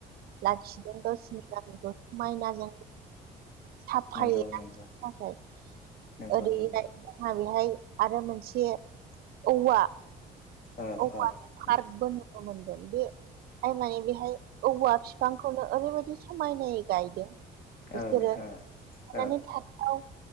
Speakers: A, on the right; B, on the left.
A: लाखिदों गावसोरनि गामिखौ माइनाजों साफायै
B: नंगौ
A: लाखिनो
B: नंगौ
A: थाखाय
B: नंगौ
A: ओरैहाय
B: नंगौ
A: जोंहा बेहाय आरो मोनसे औवा
B: औ नोंथां
A: औवा फार्गबो नुनो मोनगोन बे जायनाय बेहाय औवा फिफांखौनो ओरैबायदि समायनायै गायदों बिसोरो
B: औ नोंथां
A: थनानै
B: औ
A: थाथाव